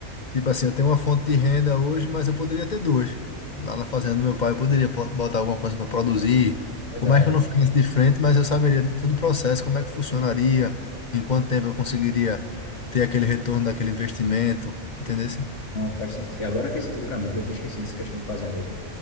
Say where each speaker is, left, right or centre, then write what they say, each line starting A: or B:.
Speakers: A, on the left; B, on the left.
A: Tipo assim, eu tenho uma fonte de renda hoje, mas eu poderia ter duas. Lá na fazenda do meu pai, eu poderia po- botar alguma coisa para produzir.
B: Verdade.
A: Por mais que eu não ficasse de frente, mas eu saberia de todo o processo, como é que funcionaria, em quanto tempo eu conseguiria ter aquele retorno daquele investimento. Entendeu?
B: Não faz sentido. Agora fez sentido pra mim, que eu tinha esquecido essa questão da fazenda aí.